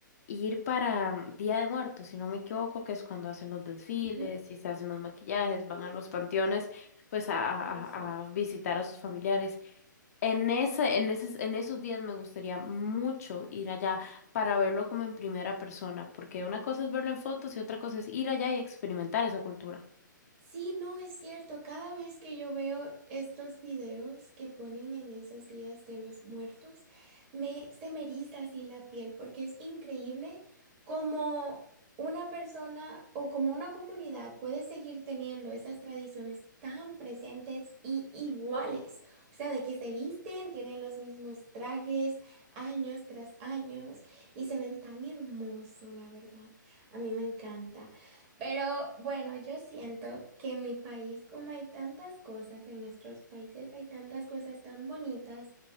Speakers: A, on the left; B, on the right.
A: ir para mm, Día de Muertos, si no me equivoco, que es cuando hacen los desfiles
B: Ujú.
A: y se hacen los maquillajes, van
B: Sí,
A: a los panteones, pues a, a,
B: incluso.
A: a a visitar a sus familiares. En ese, en esos, en esos días me gustaría mucho ir allá para verlo como en primera persona, porque una cosa es verlo en fotos y otra cosa es ir allá y experimentar esa cultura.
B: Sí, no es cierto. Cada vez que yo veo estos videos que ponen en esos días de los muertos, me, se me eriza así la piel porque es increíble cómo una persona o como una comunidad puede seguir teniendo esas tradiciones tan presentes y iguales. O sea, de que se visten, tienen los mismos trajes años tras años y se ven tan hermoso, la verdad. A mí me encanta. Pero bueno, yo siento que en mi país, como hay tantas cosas, en nuestros países hay tantas cosas tan bonitas